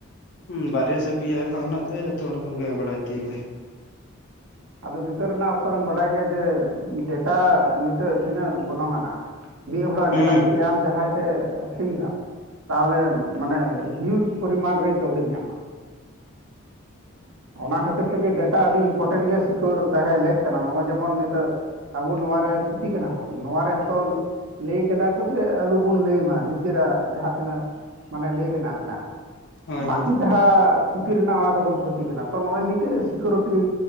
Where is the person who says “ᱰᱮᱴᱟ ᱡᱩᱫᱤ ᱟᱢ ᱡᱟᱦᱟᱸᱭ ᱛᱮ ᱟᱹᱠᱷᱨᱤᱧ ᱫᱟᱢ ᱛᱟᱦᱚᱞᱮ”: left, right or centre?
Right